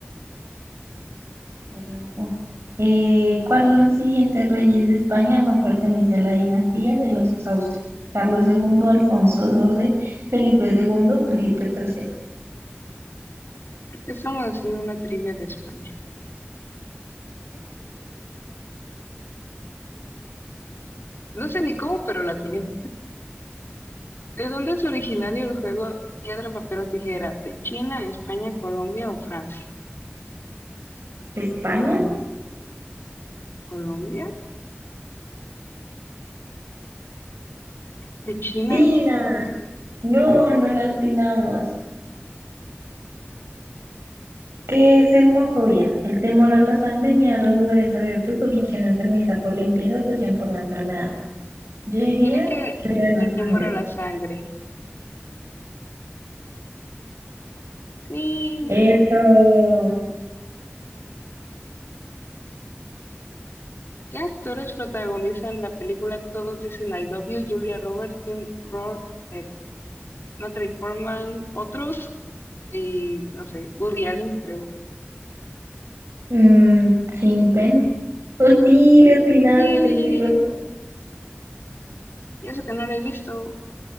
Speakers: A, on the right; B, on the left.
A: qué loco. Eh, ¿cuál de los siguientes reyes de España no pertenece a la dinastía de los Austrias? Carlos segundo Alfonso doce Felipe segundo Felipe tercero
B: ¿Por qué estamos haciendo una trivia de España? No sé ni cómo, pero la tiene. ¿De dónde es originario el juego piedra, papel o tijera? ¿De China, España, Colombia o Francia?
A: ¿España?
B: Mm, ¿Colombia? ¿De China?
A: Tina, no, no la atinamos. ¿Qué es hemofobia? El temor a la sangre, miedo a los lugares abiertos, obsesión enfermiza por limpieza, obsesión por la enfermedad. Yo diría
B: Diré que
A: que lo de la
B: el
A: sangre.
B: temor a la sangre. Sí.
A: Eso.
B: ¿Qué actores protagonizan la película Todos dicen I love you? Julia Roberts, Tim Roth, eh, Natalie Portman, otros, y no sé, Woody Allen, creo.
A: Mm, sin pen. Oh, sí, le atinaste,
B: Sí,
A: qué loco.
B: y eso que no lo he visto.